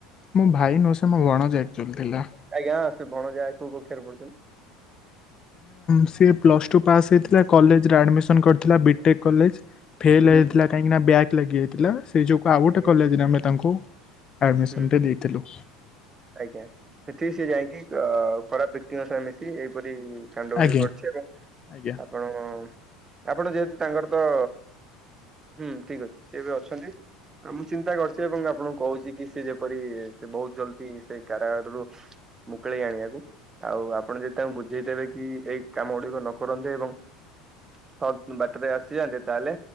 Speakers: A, on the left; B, on the right.
A: ମୋ ଭାଇ ନୁହେଁ ସେ ମୋ ଭଣଜା ଆକଚୁଆଲି ଥିଲା।
B: ଆଜ୍ଞା। ସେଇ ଭଣଜା କୋଉ କକ୍ଷା ରେ ପଢ଼ୁଛନ୍ତି?
A: ସିଏ ପ୍ଲସ୍ ଟୁ ପାସ୍ ହେଇଥିଲା। କଲେଜ୍ ରେ ଆଡମିସନ୍ କରିଥିଲା ବିଟେକ୍ କଲେଜ୍। ଫେଲ
B: ହୁଁ
A: ହେଇଥିଲା କାହିଁକି ନା ବ୍ୟଗ ଲାଗିଯାଇଥିଲା ସେଇ ଯୁଗୁ ଆଉ ଗୋଟେ
B: ଆଜ୍ଞା
A: କଲେଜେରେ ଆମେ ତାଙ୍କୁ ଆଡ଼ମିସନ୍
B: ହୁଁ
A: ଟେ ଦେଇଥିଲୁ।
B: ଆଜ୍ଞା ସେଠିକି ସିଏ ଯାଇକି ଅ ଖରାପ ବ୍ୟକ୍ତିଙ୍କ ସଙ୍ଗ ମିଶି ଏଇପରି କାଣ୍ଡ ଗୁଡି
A: ଆଜ୍ଞା
B: କ କରିଚି ଏବଂ
A: ଆଜ୍ଞା
B: ଆପଣ ଆପଣ ଯେହେତୁ ତାଙ୍କର ତ ହୁଁ ଠିକ୍ ଅଛି ସିଏ ଏବେ ଅଛନ୍ତି ଆଉ ମୁଁ ଚିନ୍ତା କରିଛି ଏବଂ ଆପଣଙ୍କୁ କହୁଚି କି? ସ ଯେପରି ସେ ବହୁତ ଜଲ୍ ଦି ସେ କାରାଗାରରୁ ମୁକୁଳେଇ ଆଣିବାକୁ। ଆଉ ଆପଣ ଯଦି ତାଙ୍କୁ ବୁଝେଇଦେବେ କି ଏଇ କାମ ଗୁଡିକ ନ କରନ୍ତେ ଏବଂ ସତ୍ ବାଟରେ ଆସିଯାଆନ୍ତେ ତାହେଲେ